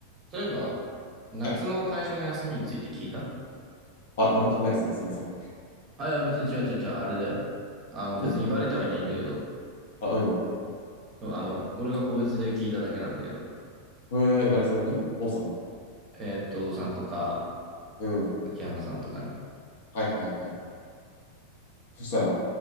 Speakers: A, on the right; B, on the left.
A: そういえば、夏の会社の休みについて聞いた
B: はい。あ、何も聞いてないです。すいません。
A: あ、いや、別に違う違う違う、あれだよ。あの、別に言われてはいないんだけど、
B: んあ、うん。
A: あの、俺が個別で聞いただけなんだけど、
B: えー、誰さんに王さん
A: えーっと、さんとか、
B: うん。
A: 秋山さんとかに。
B: はいはいはい。そしたら、